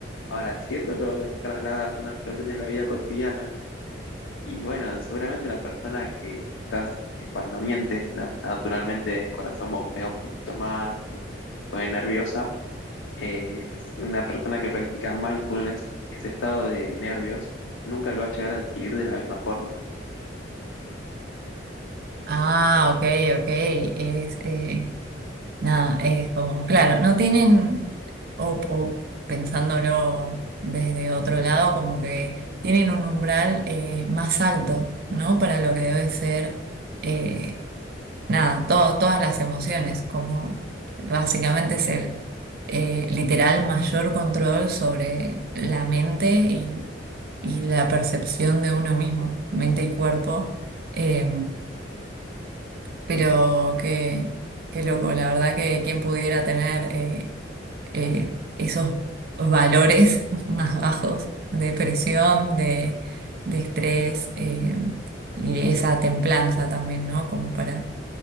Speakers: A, on the left; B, on the right.
A: Ahora, si eso lo trasladas a una situación de la vida cotidiana, y bueno, seguramente una persona que quizás eh, cuando miente, na- naturalmente el corazón bombea un poquito más y se pone nerviosa, eh, es una persona que practica mindfulness, ese estado de nervios, nunca lo va a llegar a adquirir de la misma forma.
B: Ah, ok, ok. Es, eh, nada, es como, claro, no tienen, o, o pensándolo desde otro lado, como que tienen un umbral eh, más alto, ¿no? Para lo que debe ser. eh, nada, todo- todas las emociones, como básicamente es el eh, literal mayor control sobre la mente y, y la percepción de uno mismo, mente y cuerpo. Eh, pero qué, qué loco, la verdad que quien pudiera tener eh, eh, esos valores <laughs> más bajos de presión, de, de estrés eh, y esa templanza también, ¿no? Como para